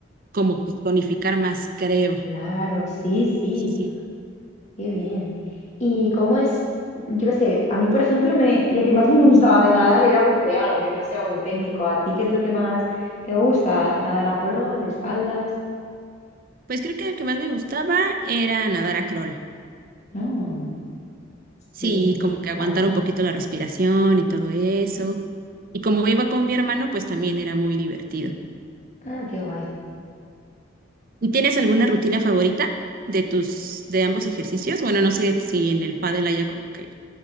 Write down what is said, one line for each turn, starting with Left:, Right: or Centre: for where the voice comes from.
Right: como que tonificar más, creo.
Left: Claro, sí, sí,
Right: Sí, sí.
Left: qué bien. ¿Y cómo es? Yo qué sé, a mí, por ejemplo, me, lo que más me gustaba de nadar era bucear, aunque no sea muy técnico. ¿A ti qué es lo que más te gusta? ¿Nadar a crawl, de espaldas?
Right: Pues creo que el que más me gustaba era nadar a crawl.
Left: Mm,
Right: Sí,
Left: sí,
Right: como que
Left: está
Right: aguantar
Left: guay.
Right: un poquito la respiración y todo eso. Y como iba con mi hermano, pues también era muy divertido.
Left: Ah, qué guay.
Right: ¿Y tienes alguna rutina favorita de tus, de ambos ejercicios? Bueno, no sé si en el pádel haya como que